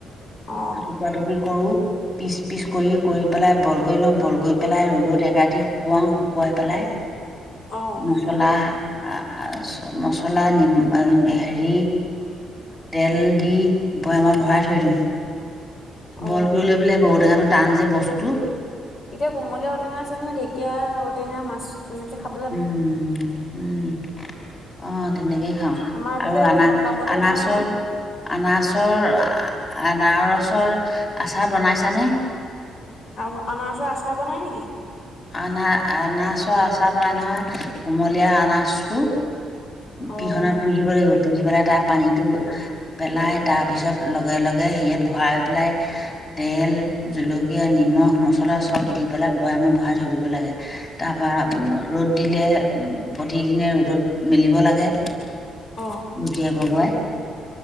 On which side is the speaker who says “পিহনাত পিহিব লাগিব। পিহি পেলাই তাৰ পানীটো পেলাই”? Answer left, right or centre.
Left